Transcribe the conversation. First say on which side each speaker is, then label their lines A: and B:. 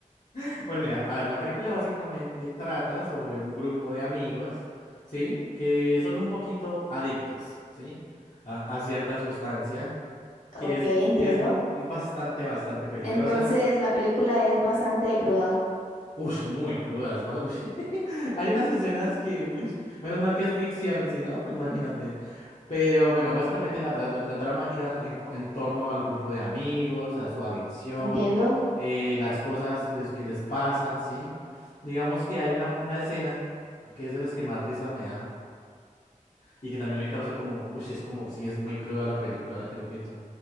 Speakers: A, on the left; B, on the left.
A: <laughs> Bueno, mira, a ver, la película básicamente trata sobre un grupo de amigos, ¿sí? Que son un poquito adictos, ¿sí? A, a cierta sustancia que
B: Ok,
A: es,
B: entiendo.
A: que es, es bastante, bastante peligrosa.
B: Entonces, la película es bastante cruda,
A: Ush, muy crudas. va- ush. <laughs> Hay unas escenas que, uy, menos mal que es ficción, si no, imagínate. Pero bueno, básicamente la, la- la- la trama gira en, co- en torno al grupo de amigos, a su adicción,
B: entiendo.
A: eh, las cosas les- que les pasan, ¿sí? Digamos que hay una, una escena que es de las que más risa me da y que también me causa como, uy, es como si es muy cruda la película, ahora que lo pienso.